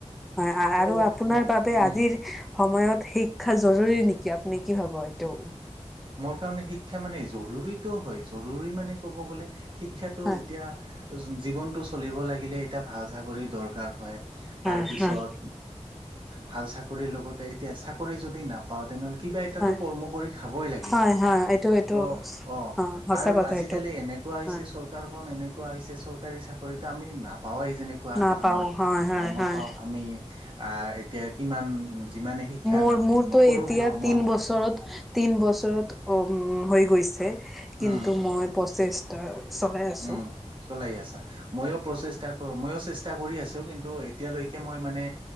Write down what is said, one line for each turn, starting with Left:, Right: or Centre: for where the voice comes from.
Centre: হয়
Right: ত'
Centre: আৰু আপোনাৰ
Right: মই
Centre: বাবে আজিৰ
Right: উম
Centre: সময়ত শিক্ষা জৰুৰী নেকি? নে কি হব সেইটো?
Right: তাৰমানে শিক্ষা মানে জৰুৰীতটো হয় জৰুৰী মানে ক'ব গলে শিক্ষাটো
Centre: হয়
Right: এতিয়া জীৱনতটো চলিব লাগিলে এতিয়া ভাল চাক কৰি দৰকাৰ হয়
Centre: হয়
Right: তাৰপিছত
Centre: হয়
Right: ভাল চাকৰিৰ লগতে এতিয়া চাকৰি যদি নাপাও তেনেহ'লে কি কিবা এটাতো
Centre: হয়
Right: কৰ্ম কৰি খাবই লাগিব,
Centre: হয় হয় এইটো এইটো
Right: ত অ'
Centre: সঁচা
Right: আৰু
Centre: কথা
Right: আজিকালি
Centre: এইটো
Right: এনেকোৱা কোৱা হৈছে
Centre: হয়
Right: চৰকাৰখন এনেকোৱা কোৱা হৈছে চৰকাৰী চাকৰিতো আমি নাপাওেঁই যেনেকুৱা
Centre: নাপাও
Right: আমি
Centre: হয় হয়
Right: অ' নাপাওঁ
Centre: হয়
Right: আমি এতিয়া কিমান যিমানে শিক্ষা
Centre: মোৰ
Right: নকৰোঁ
Centre: মোৰতো এতিয়া
Right: কিয়
Centre: তিন
Right: মোৰ মত
Centre: বছৰত তিন বছৰত অ'। উম উম হৈ গৈছে কিন্তু
Right: উম।
Centre: মই প্ৰচেষ্টা চলাই আছোঁ
Right: উম, চলাই আছা। ময়ো প্ৰচেষ্টা কৰোঁ ময়ো চেষ্টা কৰি আছোঁ কিন্তু এতিয়ালৈকে মই মানে